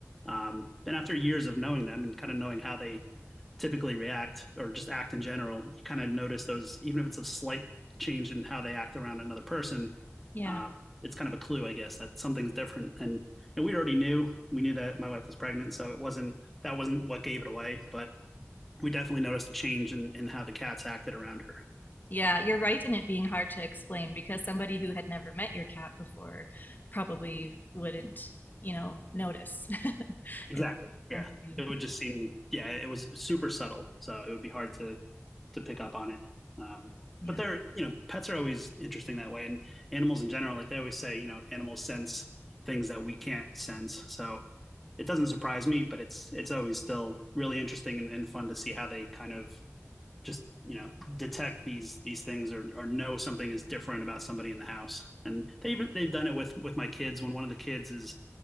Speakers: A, in the centre; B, on the left (about 40°).
A: Um, and after years of knowing them and kind of knowing how they typically react or just act in general, you kind of notice those, even if it's a slight change in how they act around another person,
B: Yeah.
A: um, it's kind of a clue, I guess, that something's different. And, and we already knew, we knew that my wife was pregnant, so it wasn't, that wasn't what gave it away, but we definitely noticed a change in, in how the cats acted around her.
B: Yeah, you're right in it being hard to explain because somebody who had never met your cat before probably wouldn't, you know, notice. <laughs>
A: Exactly.
B: It's
A: Yeah.
B: once you,
A: It would just seem, yeah, it was super subtle, so it would be hard to to pick up on it. Um,
B: yeah.
A: but they're, you know, pets are always interesting that way, and animals in general, like they always say, you know, animals sense things that we can't sense. So it doesn't surprise me, but it's it's always still really interesting and, and fun to see how they kind of just you know detect these these things or, or know something is different about somebody in the house and they even they've done it with with my kids when one of the kids is